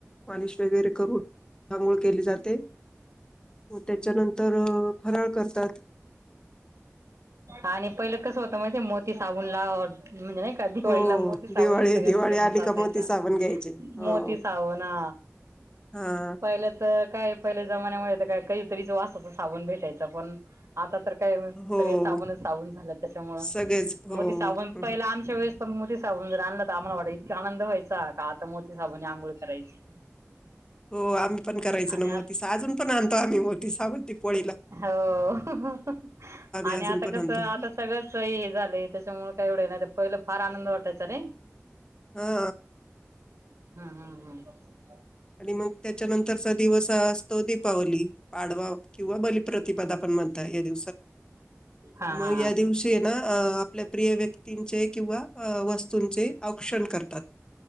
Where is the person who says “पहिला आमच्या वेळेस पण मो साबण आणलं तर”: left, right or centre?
Right